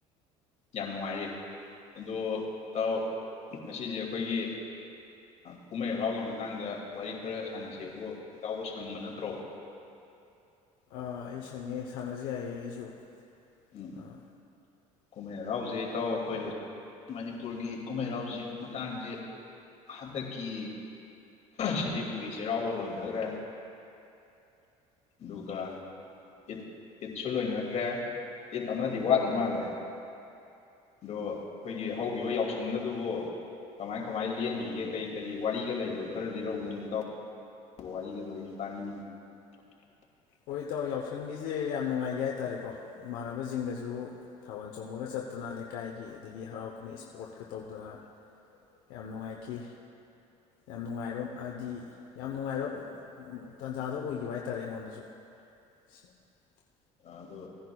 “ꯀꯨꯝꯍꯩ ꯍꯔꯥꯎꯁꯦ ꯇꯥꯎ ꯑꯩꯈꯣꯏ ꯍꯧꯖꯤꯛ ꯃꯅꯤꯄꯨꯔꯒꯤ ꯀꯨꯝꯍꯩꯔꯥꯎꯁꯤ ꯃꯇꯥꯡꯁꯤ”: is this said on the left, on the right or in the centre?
Left